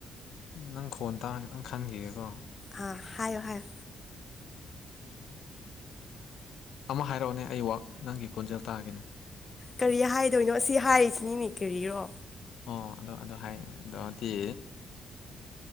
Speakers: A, on the left; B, on the left.
A: ꯅꯪ ꯈꯣꯟ ꯇꯥꯔꯒ ꯅꯪ ꯈꯟꯈꯤꯒꯦꯀꯣ
B: ꯑꯥ ꯍꯥꯏꯌꯣ ꯍꯥꯏꯌꯣ
A: ꯑꯃ ꯍꯥꯏꯔꯛꯑꯣꯅꯦ ꯑꯩꯋꯥꯛ ꯅꯪꯒꯤ ꯈꯣꯟꯖꯦꯜ ꯇꯥꯒꯦꯅꯦ
B: ꯀꯔꯤ ꯍꯥꯏꯗꯣꯏꯅꯣ ꯁꯤ ꯍꯥꯏꯔꯤꯁꯤꯅꯤꯅꯦ ꯀꯔꯤꯔꯣ
A: ꯑꯣ ꯑꯗꯨ ꯑꯗꯨ ꯍꯥꯏ ꯑꯗꯨꯣꯗꯤ